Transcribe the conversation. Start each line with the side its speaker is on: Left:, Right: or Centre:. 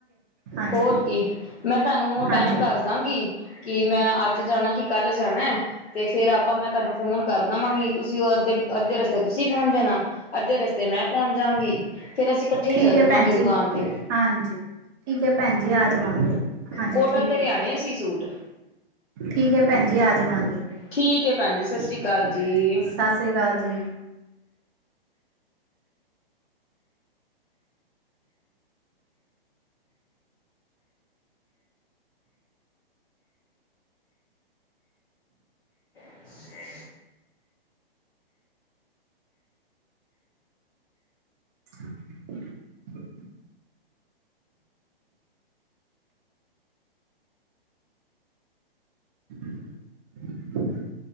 Right: ਹਾਂਜੀ
Left: ਹੋਰ ਕੀ ਮੈਂ ਤੁਹਾਨੂੰ ਟਾਈਮ
Right: ਹਾਂਜੀ
Left: ਦੱਸ ਕਹਾਗੀ ਕਿ ਮੈਂ ਅੱਜ ਜਾਣਾ ਕਿ ਕੱਲ ਜਾਣਾ ਤੇ ਫੇਰ ਆਪਾਂ ਮੈਂ ਤੁਹਾਨੂੰ ਫੋਨ ਕਰ ਦੇਵਾਂਗੀ। ਤੁਸੀਂ ਉਹ ਅੱਧੇ- ਅੱਧੇ ਰਸਤੇ ਤੁਸੀਂ ਪਹੁੰਚ ਜਾਣਾ ਅੱਧੇ ਰਸਤੇ ਮੈਂ ਪਹੁੰਚ ਜਾਗੀ ਫੇਰ ਅਸੀਂ ਇਕੱਠੇ ਹੀ
Right: ਠੀਕ
Left: ਚੱਲ
Right: ਹੈ
Left: ਜਾਵਾਂਗੇ
Right: ਭੈਣ ਜੀ
Left: ਦੁਕਾਨ ਤੇ
Right: ਹਾਂਜੀ! ਠੀਕ ਹੈ ਭੈਣ ਜੀ। ਆ ਜਾਵਾਂਗੇ ਹਾਂਜੀ
Left: ਕੋਟਨ
Right: ਠੀਕ
Left: ਦੇ ਲਿਆਣੇ
Right: ਹੈ। ਜੀ
Left: ਅਸੀਂ ਸੂਟ
Right: ਠੀਕ ਹੈ ਭੈਣ ਜੀ ਆ ਜਾਵਾਂਗੇ।
Left: ਠੀਕ ਹੈ ਭੈਣ ਜੀ ਸਤਿ ਸ਼੍ਰੀ
Right: ਸ
Left: ਅਕਾਲ ਜੀ
Right: ਸਤਿ੍ ਸ਼੍ਰੀ ਅਕਾਲ ਜੀ
Left: ਅ <inaudible>
Right: <unintelligible> <unintelligible>